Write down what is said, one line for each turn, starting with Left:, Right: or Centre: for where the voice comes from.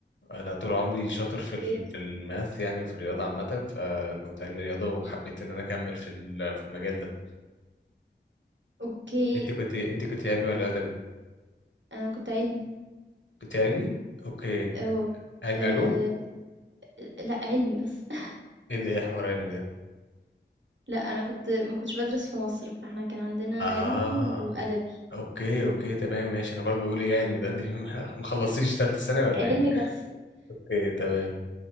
Left: انا طول عمري شاطر في
Right: اوكي
Left: ال- في الماث يعني في الرياضة عامة فكنت علمي رياضة وحبيت ان انا اكمل في ال- في المجال ده
Right: اوكي
Left: انت كنت انت كنت علمي ولا ادبي؟
Right: انا كنت علمي
Left: كنت علمي؟ اوكي
Right: اهو
Left: علمي
Right: آه،
Left: علوم؟
Right: لا علمي بس <laughs>
Left: ايه ده ايه حوار علمي ده؟
Right: لا انا كنت ما كنتش بدرس في مصر فاحنا كان عندنا
Left: اه
Right: علمي وادبي
Left: اوكي اوكي تمام ماشي انا برضو بقول ايه علمي ده انت <laughs> ما ما خلصتيش تالتة ثانوي ولا
Right: علمي
Left: ايه؟
Right: بس
Left: اوكي تمام